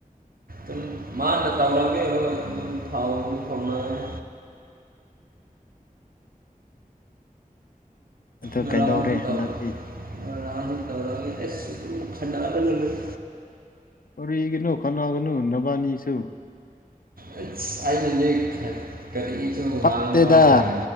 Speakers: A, on the right; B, on the left.
A: ꯑꯗꯨꯨꯝ ꯃꯥꯅ ꯇꯧꯔꯝꯒꯦ ꯑꯗꯨꯝ ꯐꯥꯎ ꯐꯥꯎꯅꯔꯦ
B: ꯑꯗꯣ
A: ꯉꯔꯥꯡ
B: ꯀꯩꯗꯧꯔꯦ ꯍꯟꯗꯛꯇꯤ
A: ꯇꯧꯔꯛ ꯉꯔꯥꯡ ꯇꯧꯔꯛ ꯑꯁ ꯈꯠꯅꯕꯗ ꯂꯣꯢꯔꯦ
B: ꯀꯔꯤꯒꯤꯅꯣ ꯈꯠꯅꯒꯅꯨ ꯅꯕꯥꯅꯤꯁꯨ
A: ꯑꯩꯁ ꯑꯩꯒꯤ <unintelligible> ꯀꯔꯤ ꯏꯁꯨ ꯉꯥꯡꯕ
B: ꯄꯛꯇꯦꯗ
A: ꯌ